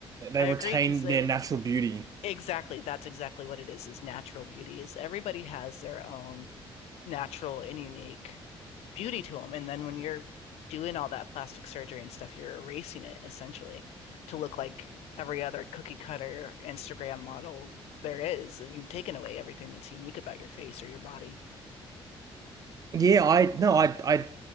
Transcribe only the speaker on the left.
I
agree because they
exactly that's exactly what it is is natural beauty is everybody has their own natural and unique beauty to them. And then when you're doing all that plastic surgery and stuff, you're erasing it essentially to look like every other cookie cutter Instagram model there is. You've taken away everything that's unique about your face or your body.